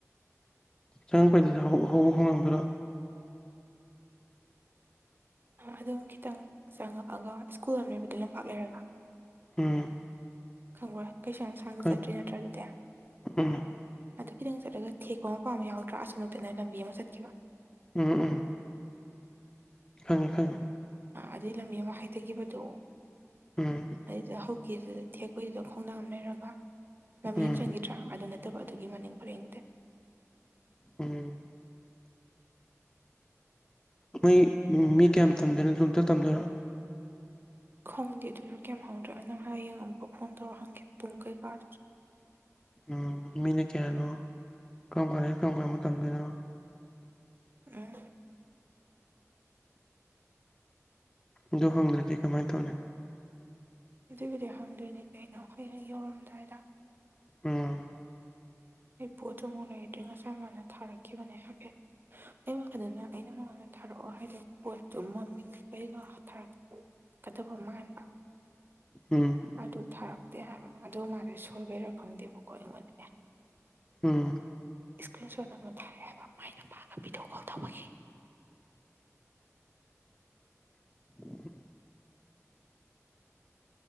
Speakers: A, on the left; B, on the right.
A: ꯆꯪꯉꯛꯄꯗꯨ ꯍꯧꯕ ꯈꯣꯡꯒꯪꯗꯨꯔꯥ
B: ꯑꯗꯨꯝ ꯈꯤꯇꯪ ꯆꯪꯉꯛꯑꯒ ꯁ꯭ꯀꯨꯜ ꯑꯃ ꯂꯩꯕꯗ ꯂꯝꯄꯥꯛ ꯂꯩꯔꯒ
A: ꯎꯝ
B: ꯈꯪꯕꯣꯏ ꯀꯩꯁ ꯌꯥꯝ ꯁꯥꯡꯅ
A: ꯈꯪ
B: ꯆꯠꯇ꯭ꯔꯤ ꯅꯠꯇ꯭ꯔ ꯑꯗꯨꯗꯤ
A: ꯎꯝ
B: ꯑꯗꯨ ꯈꯤꯇꯪ ꯆꯠꯂꯒ ꯊꯦꯛꯄ ꯃꯄꯥꯝ ꯌꯥꯎꯗ꯭ꯔꯥ ꯑꯁꯨ ꯅꯛꯇꯅ ꯂꯝꯕꯤ ꯑꯃ ꯆꯠꯈꯤꯕ
A: ꯎꯝ ꯎꯝ ꯈꯪꯉꯦ ꯈꯪꯉꯤ
B: ꯑꯗꯨꯒꯤ ꯂꯝꯕꯤ ꯑꯃ ꯍꯥꯏꯊꯈꯤꯕꯗꯣ
A: ꯎꯝ
B: ꯑꯗꯨꯗ ꯍꯧ ꯗꯨ ꯊꯦꯛꯄꯒꯤꯗꯨꯗ ꯈꯣꯡꯅꯥꯡ ꯑꯃ ꯂꯩꯔꯒ ꯂꯝꯃꯤ
A: ꯎꯝ
B: ꯑꯃ ꯆꯪꯈꯤ ꯅꯠꯇ꯭ꯔꯥ ꯑꯗꯨ ꯅꯠꯇꯕ ꯑꯗꯨꯒꯤ ꯃꯅꯤꯡ ꯄꯔꯦꯡꯗꯦ
A: ꯎꯝ ꯃꯣꯏ ꯃꯤ ꯀꯌꯥꯝ ꯇꯝꯗꯣꯏꯅꯣ ꯑꯗꯨꯣꯝꯇ ꯇꯝꯗꯣꯏꯔꯣ
B: ꯈꯪꯗꯦ ꯑꯗꯨꯁꯨ ꯀꯌꯥꯝ ꯈꯪꯗ꯭ꯔꯦꯣ ꯅꯪ ꯍꯔꯡ ꯌꯦꯡꯉꯨꯥꯎ ꯐꯣꯟ ꯇꯧꯔ ꯍꯪꯒꯦ ꯄꯨꯡ ꯀꯩꯀꯥꯗꯨ
A: ꯎꯝ ꯃꯤꯅ ꯀꯌꯥꯅꯣ ꯀꯔꯝ ꯀꯥꯟ ꯀꯔꯝ ꯀꯔꯝꯕ ꯇꯝꯗꯣꯏꯅꯣ
B: ꯎꯝ
A: ꯑꯗꯨꯣ ꯍꯪꯗ꯭ꯔꯗꯤ ꯀꯃꯥꯏꯅ ꯇꯧꯅꯤ
B: ꯑꯗꯨꯏꯕꯨꯗꯤ ꯍꯪꯗꯣꯏꯅꯦꯗꯤꯦ ꯑꯩꯅꯣ ꯍꯣꯏ ꯍꯦꯛ ꯌꯧꯔꯝꯗꯥꯏꯗ
A: ꯎꯝ
B: ꯑꯩꯕꯨꯨ ꯑꯗꯨꯃꯛꯥꯎꯛ ꯂꯩꯗ꯭ꯔꯤ ꯉꯁꯥꯏ ꯃꯥꯅ ꯊꯥꯔꯛꯈꯤꯕꯅꯦ ꯍꯥꯏꯐꯦꯠ ꯑꯩ ꯋꯥꯈꯗꯅ ꯑꯩꯅ ꯃꯉꯣꯟꯗ ꯊꯥꯔꯛꯑꯣ ꯍꯥꯏꯗ ꯄꯣꯠꯇꯣ ꯃꯃꯤꯡ ꯀꯩꯗꯣ ꯊꯥꯔꯛ ꯀꯗꯧꯕ ꯃꯥꯥꯟꯕ
A: ꯎꯝ
B: ꯑꯗꯨ ꯊꯥꯔꯛꯇꯦ ꯍꯥꯏꯕ ꯑꯗꯨꯗ ꯃꯥꯁꯦ ꯁꯣꯏꯕꯩꯔ ꯈꯪꯗꯦꯕꯀꯣ ꯑꯩꯉꯣꯟꯗꯅꯦ
A: ꯎꯝ
B: ꯏꯁꯀ꯭ꯔꯤꯟ ꯁꯣꯠ ꯑꯃ ꯊꯥꯔꯑꯦ ꯍꯥꯏꯕ ꯃꯥꯏꯅ ꯄꯥꯛꯒ ꯚꯤꯗꯤꯑꯣ ꯀꯣꯜ ꯇꯧꯕꯒꯤ
A: <inaudible>